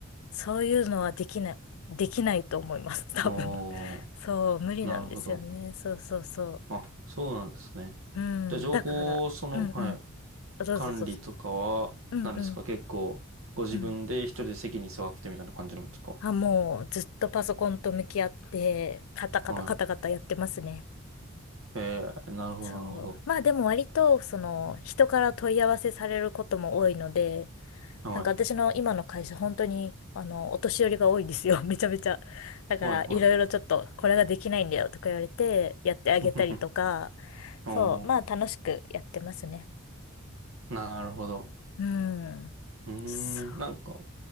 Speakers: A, on the left (about 75°); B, on the right (about 70°).
A: そういうのはできない、できないと思います、<laughs> 多分。
B: おー、
A: <laughs> そう、無理なんですよね。
B: なるほど。
A: そうそうそ
B: あ、そうなんですね。
A: う。うん、
B: じゃあ情報、
A: だから、
B: その、
A: うんうん。
B: はい、
A: あどうぞどうぞ。
B: 管理とかは、
A: うんうん
B: 何ですか結構、ご自分で一人で席に座ってみたいな感じなんですか
A: うん。あ、もうずっとパソコンと向き合って、カタカタカタカタやってますね。
B: はい。えー、なるほど、
A: そう。
B: なるほど。
A: まあでも割と、その、人から問い合わせされることも多いので、
B: はい。
A: なんか私の今の会社、本当に、あの、お年寄りが多いんですよ。<laughs> めちゃめちゃ。だから、
B: はい、はい。
A: いろいろちょっと、これができないんだよとか言われて、やってあげたりとか、
B: <laughs> お
A: そう。まあ楽しくやってますね。
B: ー、なるほど。
A: うん。
B: うー
A: そ
B: ん、なんか、